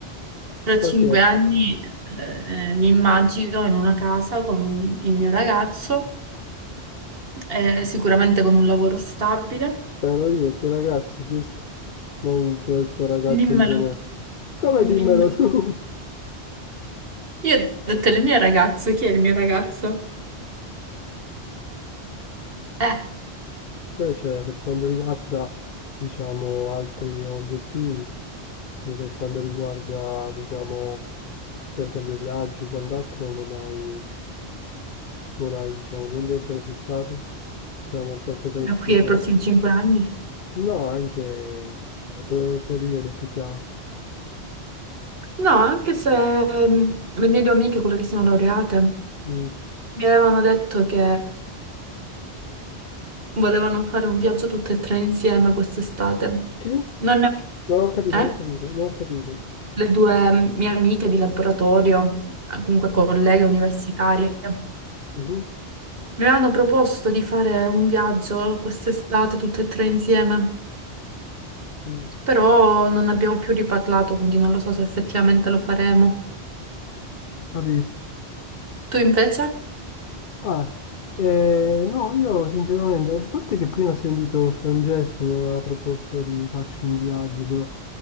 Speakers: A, on the right (about 60°); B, on the left (about 55°).
A: tra
B: ok,
A: cinque anni eh, mi immagino in una casa con il mio ragazzo eh, sicuramente con un lavoro stabile.
B: spero io, il tuo ragazzo, giusto? Non il tuo, il tuo ragazzo
A: Dimmelo,
B: in generale. Come dimmelo
A: dimmelo.
B: tu?
A: Io ho detto il mio ragazzo, chi è il mio ragazzo? Eh,
B: Invece, per quanto riguarda, diciamo, altri obiettivi, e per quanto riguarda, diciamo, per esempio viaggi, quant'altro, non hai, non hai, diciamo, niente prefissato? Diciamo qualcosa
A: Da
B: che ti
A: qui
B: piacerebbe?
A: ai prossimi cinque anni.
B: No, anche nel breve periodo più che altro.
A: No, anche se ehm, le mie due amiche, quelle che sono laureate,
B: Mm.
A: mi avevano detto che volevano fare un viaggio tutte e tre insieme quest'estate.
B: Chi? No,
A: Non ne-
B: Non ho capito,
A: eh?
B: non ho capito, non ho capito.
A: Le due ehm, mie amiche di laboratorio, eh, comunque colleghe universitarie.
B: Mhm,
A: Mi avevano proposto di fare un viaggio quest'estate tutte e tre insieme,
B: mm,
A: però non abbiamo più riparlato, quindi non lo so se effettivamente lo faremo.
B: Capito.
A: Tu invece?
B: Ah, eh, no, io sinceramente, a parte che prima ho sentito Francesco mi aveva proposto di farci un viaggio, però